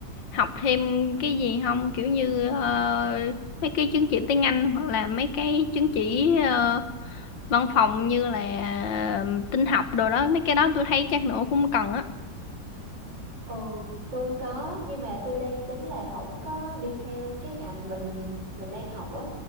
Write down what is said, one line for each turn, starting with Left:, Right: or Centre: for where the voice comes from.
Left: học thêm cái gì không kiểu như ờ, mấy cái chứng chỉ tiếng Anh hoặc là mấy cái chứng chỉ ờ, văn phòng như là ờ, tin học đồ đó mấy cái đó tôi thấy chắc nữa cũng cần á
Right: Ừ, tôi có nhưng mà tôi đang tính là không có đi theo cái ngành mình mình đang học á.